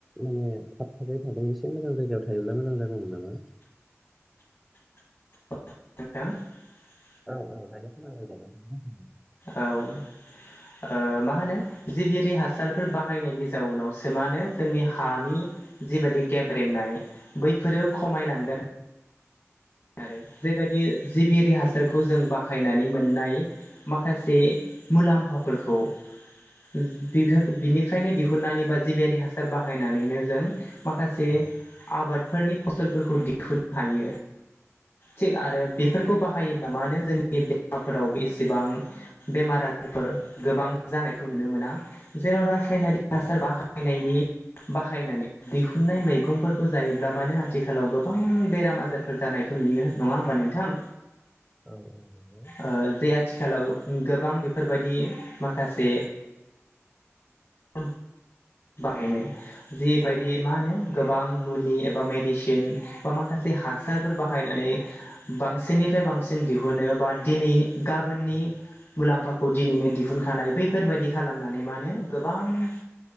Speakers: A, in the centre; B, on the left (about 60°).
A: माने थाब थाबाय थादों एसे मोजां जायगायाव थायोब्ला मोजां जागोन। <unintelligible> नामा?
B: <inaudible> <unintelligible>
A: औ औ दायो खोनाबाय दे <unintelligible>
B: औ। ओ मा होनो जिबियारि हासारफोर बाहायनायनि जाउनावसो मा होनो जोंनि हानि जिबायदि गेब्रेंनाय बैफोरो खमायलांगोन।
A: औ
B: आरो बेबायदि जिबियारि हासारखौ जों बाहायनानै मोननाय माखासे मुलाम्फाफोरखौ <unintelligible> बिनिफ्रायनो दिहुननानै बा जिबियारि हासार बाहायनानैनो जों माखासे
A: औ
B: आबादफोरनि फसलफोरखौ दिहुननो हायो। थिग आरो बेफोरखौ बाहायोब्ला मानो जोंनि देहाफोराव बेसेबां बेमार आजार फोर गोबां जानायखौ नुनो मोना जेराव रासायनारि
A: औ
B: हासार बाहायनायनि बाहायनानै दिहुननाय मैगंफोरखौ जायोब्ला मानो आथिखालाव गोबां बेराम आजार फोर जानायखौ नुयो नङा होमबा नोंथां?
A: औ औ।
B: ओ जे आथिखालाव गोबां बेफोरबायदि माखासे औ। बाहायनो जिबायदि मा होनो गोबां मुलि एबा मेडिसिन बा माखासे माखासे हासारफोर बाहायनानै बांसिननिफ्राय बांसिन दिहुनो बा दिनैनि गाबोननि
A: औ
B: मुलाम्फाखौ दिनैनो दिहुनखानाय बैफोरबायदि खालामनानै मा नो गोबां <unintelligible>